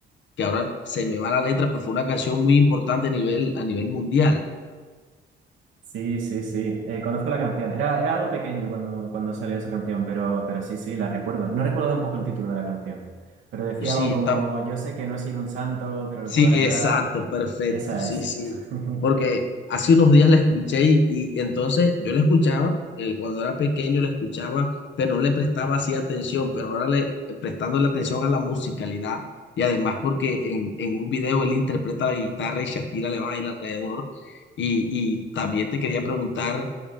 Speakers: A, on the left; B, on the right.
A: que ahora se me va la letra, pero fue una canción muy importante a nivel, a nivel mundial.
B: Sí, sí, sí. Eh, conozco la canción. Era, era algo pequeño cuando, cuando salió esa canción, pero, pero sí, sí, la recuerdo. No recuerdo tampoco el título de la canción, pero decía
A: Pues sí,
B: algo como,
A: yo tam-
B: yo sé que no he sido un santo, pero lo
A: Sí,
B: puedo arreglar.
A: exacto, perfecto,
B: Esa
A: sí,
B: es.
A: sí.
B: <laughs>
A: Porque hace unos días la escuché y, y entonces yo la escuchaba, eh, cuando era pequeño la escuchaba, pero no le prestaba así atención, pero ahora le prestando la atención a la musicalidad y además porque en, en un video él interpreta la guitarra y Shakira le baila alrededor. Y, y también te quería preguntar